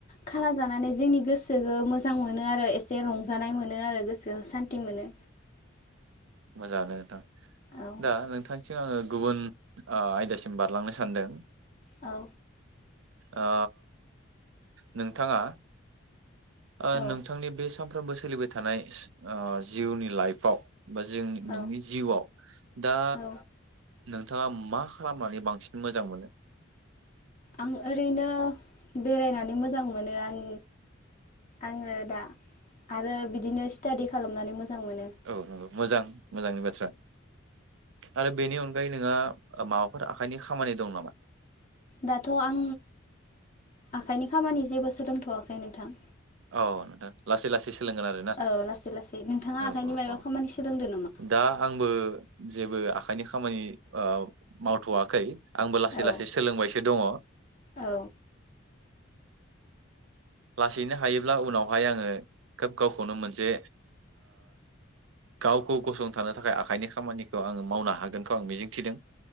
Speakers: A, on the left; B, on the right.
A: खाना जानानै जोंनि गोसोखौ मोजां मोनो आरो एसे रंजानाय मोनो आरो गोसो। ओ सान्थि मोनो।
B: मोजांआनो नोंथां
A: औ
B: दा नोंथांथिं आङो गुबुन ओ आयदासिम बारलांनो सानदों।
A: औ
B: ओ नोंथाङा ओ
A: औ
B: नोंथांनि बे स सानफ्रोमबो सोलिबाय थानाय जिउनि लाइफआव बा जों
A: औ
B: नोंनि जिउआव दा
A: औ
B: नोंथाङा मा खालामनानै बांसिन मोजां मोनो
A: आं ओरैनो बेरायनानै मोजां मोनो आं आङो दा आरो बिदिनो स्टादि खालामनानै मोजां मोनो
B: औ नंगौ मोजां मोजांनि बाथ्रा आरो बेनि अनगायै नोंहा माबाफोर आखाइनि खामानि दं नामा
A: दाथ' आं आखाइनि खामानि जेबो सोलोंथ'वाखै नोंथां
B: औ नोंथां लासै लासै सोलोंगोन आरोना
A: औ लासै लासै नोंथाङा
B: औ
A: आखाइनि
B: औ
A: मायबा
B: औ
A: खामानि सोलोंदो नामा
B: दा आंबो जेबो आ आखायनि खामानि मावथ'वाखै आंबो लासै
A: औ
B: लासै सोलोंबायसो दङ
A: औ
B: लासैनो हायोब्ला उनावहाय आङो खोब गावखौनो मोनसे गावखौ गसंथानो थाखाय आखाइनि खामानिखौ आङो मावनो हागोनखौ आं मिजिंथिदों